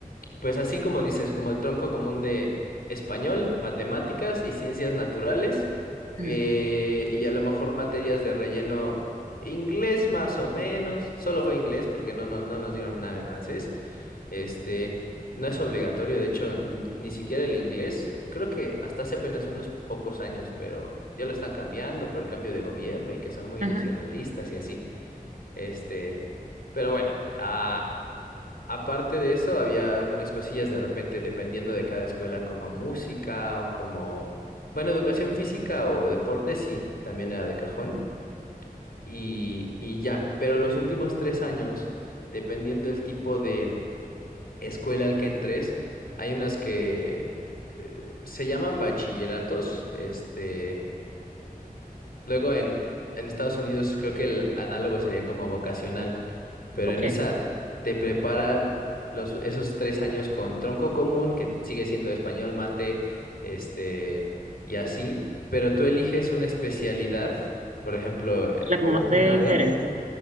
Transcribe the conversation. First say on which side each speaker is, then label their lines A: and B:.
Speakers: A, on the left; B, on the right.
A: Pues así como dices, como el tronco común de español, matemáticas y ciencias naturales,
B: Ujú.
A: eh, y a lo mejor materias de relleno, inglés más o menos, solo fue inglés porque no, no, no nos dieron nada de francés, este, no es obligatorio, de hecho, n- ni siquiera el inglés, creo que hasta hace apenas unos pocos años, pero ya lo están cambiando por el cambio de gobierno y que son muy
B: Ujú.
A: nacionalistas y así, este, pero bueno, ah. Aparte de eso, había algunas cosillas de repente, dependiendo de cada escuela, como música o como, bueno, educación física o deporte, sí, también era de cajón. Y, y ya, pero los últimos tres años, dependiendo del tipo de escuela al que entres, hay unas que eh, se llaman bachilleratos. Este, luego en, en Estados Unidos creo que el análogo sería como vocacional pero
B: Ok,
A: en esa te preparan los, esos tres años con tronco común, que sigue siendo español, mate, este, y así, pero tú eliges una especialidad, por ejemplo, eh,
B: la que
A: o
B: más
A: un
B: te
A: área.
B: interese.